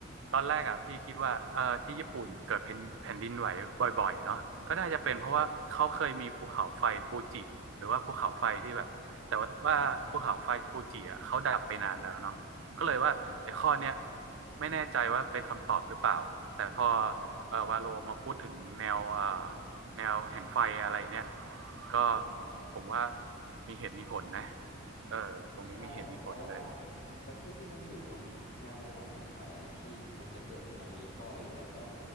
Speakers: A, on the right (about 60°); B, on the left (about 55°).
A: ตอนแรกอ่ะพี่คิดว่าเออที่ญี่ปุ่นเกิดแผ่นแผ่นดินไหวบ่อยๆเนาะก็น่าจะเป็นเพราะว่าเขาเคยมีภูเขาไฟฟูจิหรือว่าภูเขาไฟที่แบบแต่ว่าว่าภูเขาไฟฟูจิอ่ะเขาดับไปนานแล้วเนาะก็เลยว่าไอ้ข้อเนี้ย
B: ใช่
A: ไม่แน่ใจว่าเป็นคำตอบหรือเปล่าแต่พอเออวาโลมาพูดถึงแนวเออแนวแห่งไฟอะไรเนี้ยก็ผมว่ามีเหตุมีผลนะเออตรงนี้มีเหตุมีผลเลย
B: ใช่ครับเพราะว่าประเทศที่มันอยู่บนแนววงแหวนแห่งไฟเนี่ยพี่มันจะเกิดสึนามิบ่อยแล้วก็